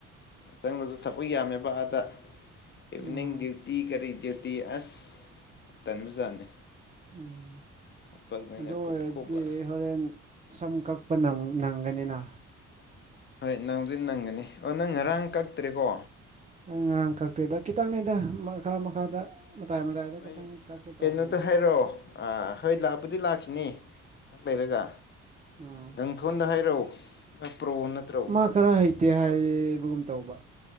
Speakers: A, on the left; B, on the right.
A: ꯆꯪꯂꯪꯂꯁꯨ ꯊꯛꯄ ꯌꯥꯝꯃꯦꯕ ꯑꯥꯗ ꯏꯚꯤꯅꯤꯡ
B: ꯑꯣ
A: ꯗ꯭ꯌꯨꯇꯤ ꯀꯔꯤ ꯗ꯭ꯌꯨꯇꯤ ꯑꯁ ꯌꯥꯝ ꯇꯟꯕꯖꯥꯠꯅꯤ
B: ꯎꯝ
A: ꯊꯕꯛꯅꯤꯅ
B: ꯑꯗꯨ ꯑꯣꯏꯔꯗꯤ
A: ꯀꯨꯞ ꯀꯨꯞꯕ
B: ꯍꯣꯔꯦꯟ ꯁꯝꯈꯛ ꯅꯪꯒꯅꯤꯅ
A: ꯍꯣꯏ ꯅꯪꯕꯨꯗꯤ ꯅꯪꯒꯅꯤ ꯑꯣ ꯅꯪ ꯉꯔꯥꯡ ꯀꯛꯇ꯭ꯔꯦꯀꯣ
B: ꯑꯩ ꯉꯔꯥꯡ ꯀꯛꯇꯦꯗ ꯈꯤꯇꯪꯅꯤꯗ ꯃꯈꯥ ꯃꯈꯥꯗ ꯃꯇꯥꯏ ꯃꯇꯥꯏꯗ
A: ꯍꯣꯏ
B: ꯈꯤꯇꯪ ꯀꯛꯀꯦ
A: ꯀꯩꯅꯣꯗ
B: ꯇꯧꯕꯅꯤꯗ
A: ꯍꯥꯏꯔꯛꯑꯣ ꯑ ꯍꯣꯏ ꯂꯥꯛꯄꯗꯤ ꯂꯥꯛꯀꯦ ꯐꯅꯤ ꯉꯥꯛ ꯂꯩꯔꯒ
B: ꯑꯥ
A: ꯒꯪꯊꯣꯟꯗ ꯍꯥꯏꯔꯛꯎ ꯃꯥ ꯄ꯭ꯔꯣ ꯅꯠꯇ꯭ꯔꯣ
B: ꯃꯥ ꯈꯔ
A: ꯁꯣꯝꯒꯤ
B: ꯍꯩꯇꯦ ꯍꯥꯏꯕꯒꯨꯝ ꯇꯧꯕ